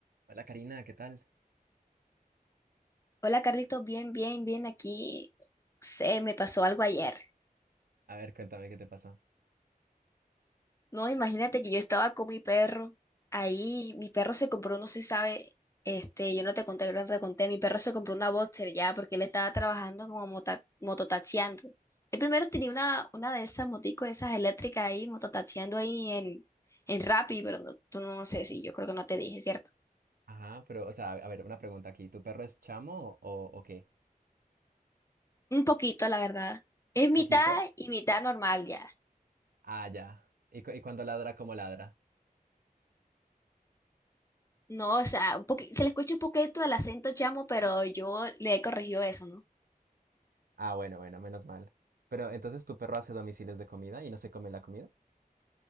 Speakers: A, on the right (about 75°); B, on the left (about 20°).
A: Hola Karina, ¿qué tal?
B: Hola Carlitos, bien, bien, bien aquí. Se me pasó algo ayer.
A: A ver, cuéntame qué te pasó.
B: No, imagínate que yo estaba con mi perro. Ahí mi perro se compró, no sé si sabe, este, yo no te conté, creo que no te conté, mi perro se compró una boxer ya porque él estaba trabajando como mota- mototaxiando. el primero tenía una, una de esas moticos, esas eléctricas ahí, mototaxiando ahí en, en Rappi, pero no- tú no sé si yo creo que no te dije, ¿cierto?
A: Ajá, pero, o sea, a ver, una pregunta aquí. ¿Tu perro es chamo o, o qué?
B: Un poquito, la verdad. Es
A: ¿Un
B: mitad
A: poquito?
B: y mitad normal ya.
A: Ah, ya. ¿Y, cu- y cuando ladra, cómo ladra?
B: No, o sea, un poqui- se le escucha un poquito el acento chamo, pero yo le he corregido eso, ¿no?
A: Ah, bueno, bueno, menos mal. Pero entonces tu perro hace domicilios de comida y no se come la comida?